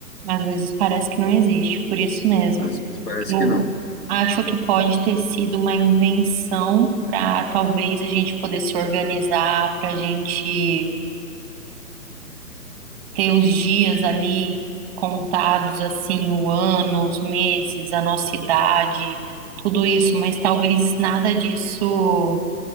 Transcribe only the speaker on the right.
Às vezes parece que não existe, por isso mesmo.
Eu
acho que pode ter sido uma invenção para talvez a gente poder se organizar, para a gente ter os dias ali contados, assim, o ano, os meses, a nossa idade, tudo isso, mas talvez nada disso,